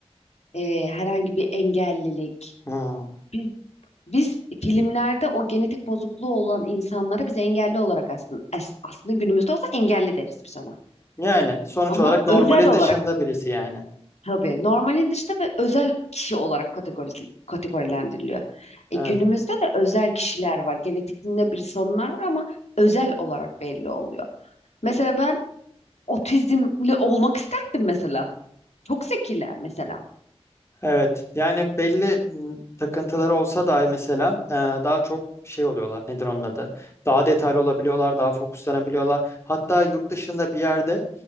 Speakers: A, on the left; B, on the left.
A: e, herhangi bir engellilik.
B: hı.
A: Biz, biz filmlerde o genetik bozukluğu olan insanlara biz engelli olarak aslında as- aslında günümüzde olsa engelli deriz biz ona.
B: Yani sonuç
A: Ama
B: olarak normalin
A: özel olarak
B: dışında birisi yani.
A: Tabii normalin dışında ve özel kişi olarak kategori, kategorilendiriliyor. E,
B: Evet.
A: günümüzde de özel kişiler var. Genetik ne birisi onlar var ama özel olarak belli oluyor. Mesela ben otizmli olmak isterdim mesela. Çok zekiler mesela.
B: Evet yani belli m, takıntıları olsa dahi mesela e, daha çok şey oluyorlar nedir onun adı daha detaylı olabiliyorlar daha fokuslanabiliyorlar hatta yurt dışında bir yerde